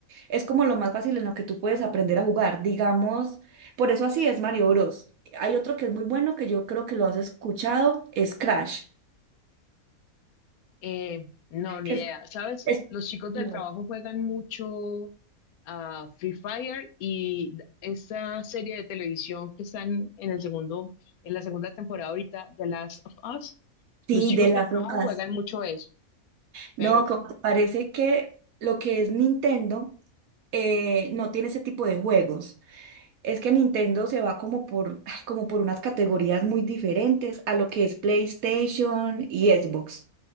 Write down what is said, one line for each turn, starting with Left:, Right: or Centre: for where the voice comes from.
Right: Es como lo más fácil en lo que tú puedes aprender a jugar, digamos, por eso así es Mario Bros. Hay otro que es muy bueno que yo creo que lo has escuchado, es Crash,
Left: Eh, no, ni
Right: que
Left: idea.
Right: es
Left: ¿Sabes?
Right: es-
Left: Los chicos del
Right: no.
Left: trabajo juegan mucho a Free Fire y esa serie de televisión que están en el segundo, en la segunda temporada ahorita, The Last of Us, los
Right: Sí,
Left: chicos
Right: de las
Left: del trabajo
Right: demás.
Left: juegan mucho eso.
Right: No,
Left: Pero,
Right: como te parece que lo que es Nintendo eh, no tiene ese tipo de juegos. Es que Nintendo se va como por, ay, como por unas categorías muy diferentes a lo que es PlayStation y Xbox.